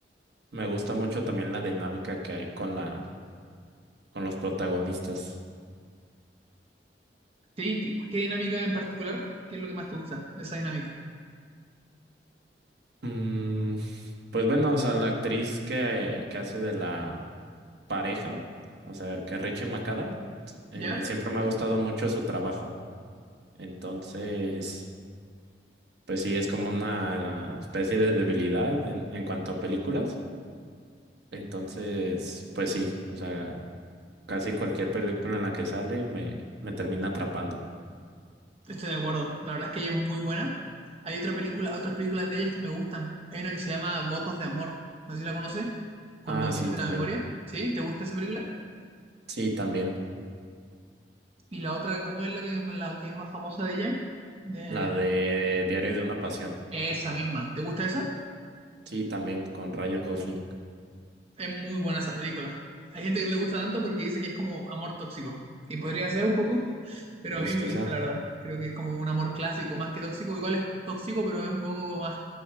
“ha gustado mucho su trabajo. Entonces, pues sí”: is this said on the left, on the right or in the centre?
Right